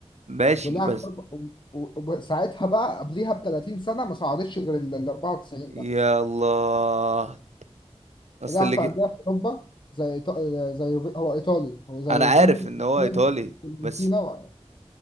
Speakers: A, on the right (about 75°); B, on the left (about 45°).
A: ماشي
B: ولعب
A: بس
B: حرب- و- و- وساعتها بقى قبليها ب 30 سنة ما صعدش غير ال ال 94
A: يا الله اصل
B: لعب
A: اللي
B: في
A: جي...
B: أندية في أوروبا زي إيطا- زي يوفي- هو إيطالي هو زي
A: انا
B: يوفنتوس
A: عارف ان هو ايطالي
B: فيورنتينا
A: بس
B: و-